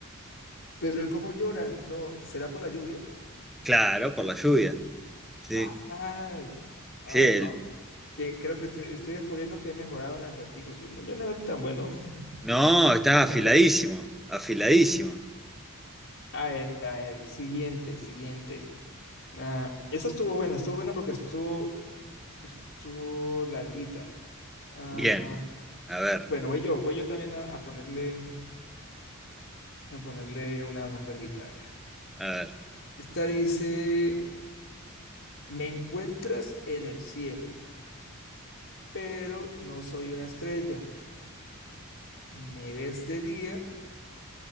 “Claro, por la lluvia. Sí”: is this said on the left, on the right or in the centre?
Centre